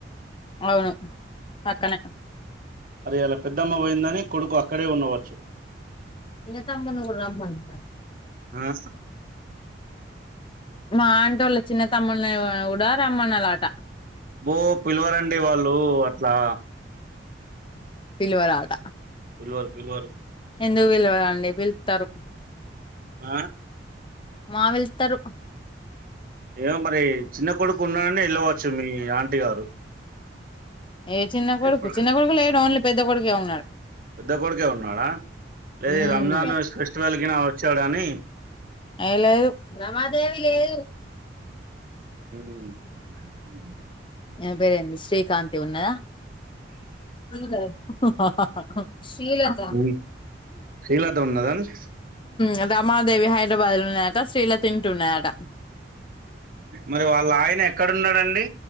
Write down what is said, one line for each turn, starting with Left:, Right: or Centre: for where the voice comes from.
Left: అవును పక్కనే
Right: అది వాళ్ళ పెద్దమ్మ పోయిందని కొడుకు అక్కడే ఉండవచ్చు
Left: చిన్న తమ్ముడిని కూడా రమ్మను
Right: ఆశ
Left: మా ఆంటోళ్ళు చిన్న తమ్ముళ్లో ఎవరో కూడా రమ్మన్నలాట
Right: బో పిలవరండి వాళ్ళు అట్లా.
Left: పిలువరాద
Right: పిల్వర్ పిల్వర్
Left: ఎందుకు పిలవరండి పిలుత్తారు.
Right: ఆ
Left: మా వెళ్తారు.
Right: ఏమోమరి చిన్న కొడుక్ కున్నాడని వెళ్ళవచ్చు మీ ఆంట్. టి గారు
Left: ఏ చిన్న కొడుకు
Right: ఎప్పుడు
Left: చిన్న కొడుకు లేనోళ్ళు. పెద్దకొడుకుఏమన్నాడు?
Right: పెద్ద కొడుకే ఉన్నాడా లేదు
Left: హ్మ్
Right: ఈ రంజాన్ ఫెస్టివల్ కి నా వచ్చాడని
Left: అయి లేదు రమాదేవి లేదు.
Right: హ్మ్
Left: ఏం పేరేంటి శ్రీకాంతి ఉన్న దా? హా హా
Right: ఉమ్. శ్రీలత ఉన్నదా
Left: హా మాదేవి హైదరాబాద్ లో ఉన్నాదట శ్రీలత ఇంట్లో ఉన్నదట.
Right: మరి వాళ్ళ ఆయన ఎక్కడన్నాడండి